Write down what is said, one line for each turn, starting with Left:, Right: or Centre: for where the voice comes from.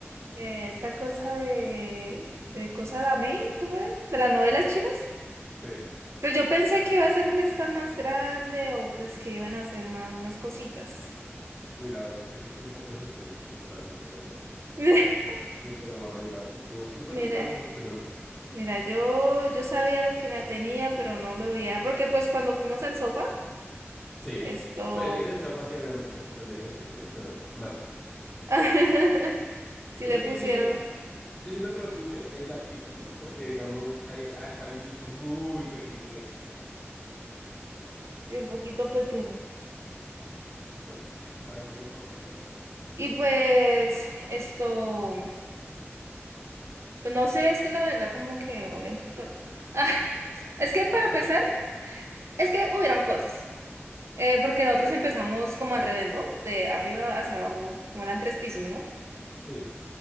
Right: eh, esta cosa de, de cosa de Amei ¿cómo era? De las novelas chinas.
Centre: Sí.
Right: Pero yo pensé que iba a ser un stand más grande o pues que iban a hacer más, más cositas.
Centre: Uy, la verdad es que sí estuvo un poco decepcionante ese stand, no te lo voy a decir.
Right: <laughs>
Centre: No te lo voy a negar, sí estuvo súper,
Right: Mira,
Centre: súper decepcionante.
Right: mira, yo, yo sabía lo que me atenía, pero no lo veía, porque pues cuando fuimos al sofá,
Centre: Sí.
Right: esto,
Centre: Pues es que en el sofá sí había más cositas de eso, sí, o sea, más.
Right: <laughs> sí
Centre: Es
Right: le
Centre: que
Right: pusieron
Centre: yo, sien- yo siento que lo tuyo es de artistas, ¿no? Porque, digamos, hay- acá hay un nicho muy pequeño de eso.
Right: sí, un poquito pequeño.
Centre: Pero bueno, a ver, siguen contando, a ver.
Right: Y pues esto, pues no sé, es que la verdad como que olía un poquito raro. <laughs> Ah, es que
Centre: Ah,
Right: para empezar,
Centre: pero, eh,
Right: es que hubieron cosas, eh, porque nosotros empezamos como al revés, ¿no? De arriba hacia abajo, como eran tres pisos, ¿no?
Centre: sí,